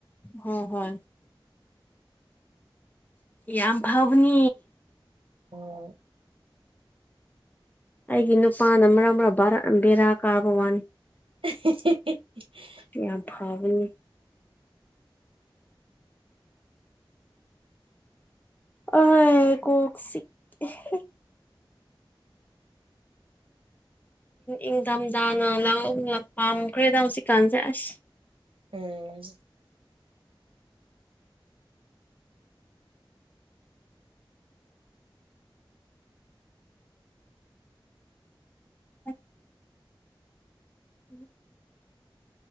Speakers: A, on the left; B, on the right.
A: ꯍꯣꯏ ꯍꯣꯏ ꯌꯥꯝ ꯐꯕꯅꯤ
B: ꯑꯣ
A: ꯑꯩꯒꯤ ꯅꯨꯄꯥꯅ ꯃꯔꯛ ꯃꯔꯛ ꯕꯦꯔꯥ ꯀꯥꯕ ꯋꯥꯅꯤ
B: <unintelligible>
A: ꯌꯥꯝ ꯐꯕꯅꯤ ꯑꯍꯣꯏ ꯀꯣꯛ ꯆꯤꯛꯑꯦꯍꯦ ꯏꯪꯊꯝꯊꯥꯅ ꯂꯥꯡꯅ ꯄꯥꯝꯈ꯭ꯔꯦꯗ ꯍꯧꯖꯤꯛꯀꯥꯟꯁꯦ ꯑꯁ
B: ꯎꯝ
A: ꯑ ꯎꯝ <inaudible>